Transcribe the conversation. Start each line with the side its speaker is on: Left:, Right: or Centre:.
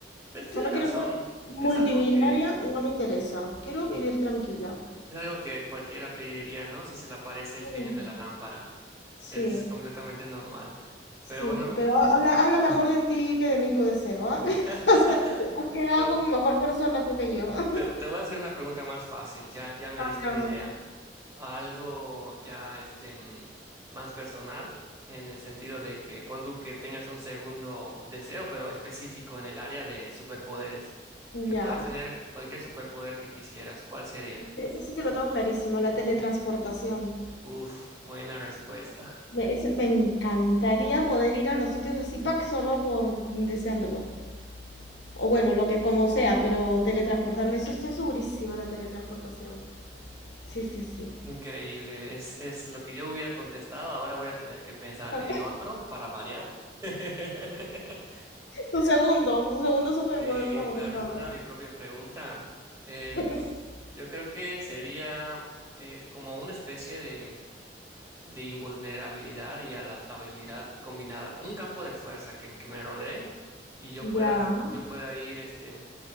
Right: Pues tiene
Left: O sea, no
Right: razón,
Left: quiero ser multimillonaria,
Right: es algo que,
Left: no me interesa. Quiero vivir tranquila.
Right: es algo que cualquiera pediría, ¿no? Si se le aparece el
Left: Mm,
Right: genio de la lámpara,
Left: Sí,
Right: es completamente normal.
Left: sí,
Right: Pero bueno,
Left: pero ha- habla, habla mejor de ti que de mí tu deseo, ¿ah? <laughs>
Right: <laughs>
Left: O sea, has quedado
Right: te
Left: como mejor persona tú que yo. <laughs>
Right: Te, te voy a hacer una pregunta más fácil, ya, ya me
Left: A
Right: diste
Left: ver,
Right: una
Left: a
Right: idea.
Left: ver.
Right: Algo ya este, mm, más personal, en el sentido de que pon tú que tengas un segundo deseo, pero específico en el área de superpoderes.
Left: Ya.
Right: Que puedas tener cualquier superpoder que quisieras. ¿Cuál sería?
Left: Eso sí que lo tengo clarísimo, la teletransportación.
Right: Uf, buena respuesta.
Left: Me, es- me encantaría poder ir a los sitios de Zipac solo por deseándolo. O bueno, lo que como sea, pero teletransportarme, eso estoy segurísima, la teletransportación. Sí, sí, sí.
Right: Increíble. Es, es lo que yo hubiera contestado. Ahora voy a tener que pensar
Left: <laughs>
Right: en otro para variar. <laughs> Pero
Left: Tu segundo, tu segundo superpoder
Right: Y
Left: favorito,
Right: para responder
Left: a ver.
Right: a mi propia pregunta, eh,
Left: <laughs>
Right: mis- yo creo que sería eh, como una especie de, de invulnerabilidad y adaptabilidad combinada, un campo de fuerza que, que me rodee y yo
Left: Ya,
Right: pueda, yo pueda ir este,